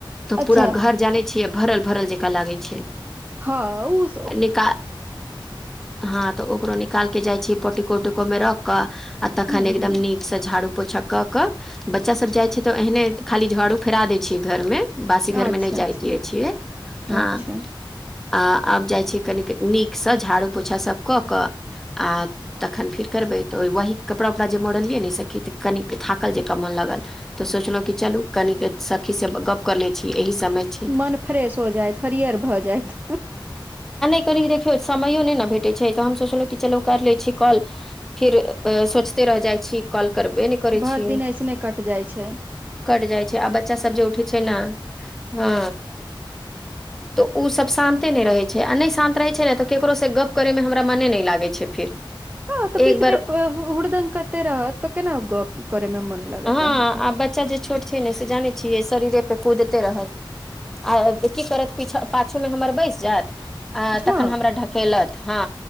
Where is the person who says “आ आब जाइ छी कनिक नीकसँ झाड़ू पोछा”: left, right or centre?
Centre